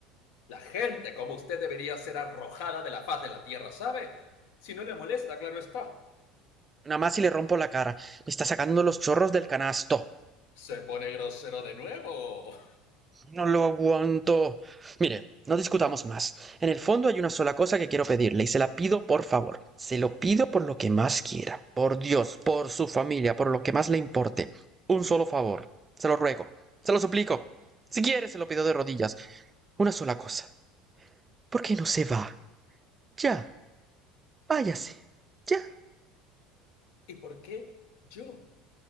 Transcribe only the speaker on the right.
nada más si le rompo la cara. Me está sacando los chorros del canasto.
No lo aguanto. Mire, no discutamos más. En el fondo hay una sola cosa que quiero pedirle y se la pido por favor. Se lo pido por lo que más quiera. Por Dios, por su familia, por lo que más le importe. Un solo favor. Se lo ruego. Se lo suplico. Si quiere, se lo pido de rodillas. una sola cosa. ¿Por qué no se va? Ya, váyase. Ya.